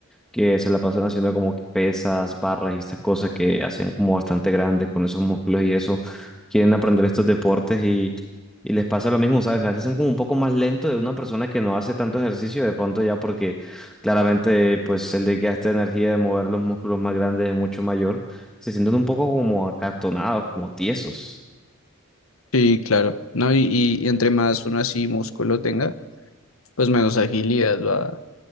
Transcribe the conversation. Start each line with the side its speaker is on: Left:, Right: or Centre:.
Centre: que se la pasan haciendo como que pesas, barras y estas cosas que hacen como bastante grandes con esos músculos y eso, quieren aprender estos deportes y, y les pasa lo mismo, ¿sabes? A veces son como un poco más lento de una persona que no hace tanto ejercicio de pronto ya porque claramente pues el desgaste de energía de mover los músculos más grandes es mucho mayor, se sienten un poco como acartonados, como tiesos.
Left: Sí, claro, ¿no? Y, y- y entre más uno así músculo tenga, pues menos agilidad va,